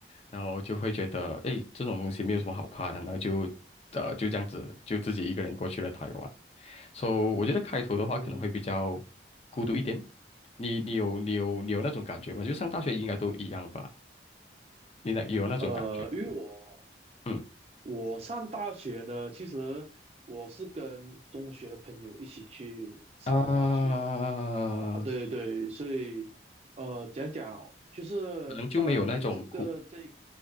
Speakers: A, on the left; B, on the right.
A: 然后就会觉得，哎，这种东西没有什么好怕的，然后就，呃，就这样子，就自己一个人过去了台湾。So，我觉得开头的话可能会比较
B: 哦。
A: 孤独一点。你你有你有你有那种感觉吗？就上大学应该都一样吧？你那有那种感觉吗？
B: 呃，因为我
A: 嗯
B: 我上大学呢，其实我是跟中学的朋友一起去上的大学，
A: 啊，
B: 然后啊，对对，所以呃，讲讲就是，
A: 可能就没有那种孤
B: 当然你整个这一个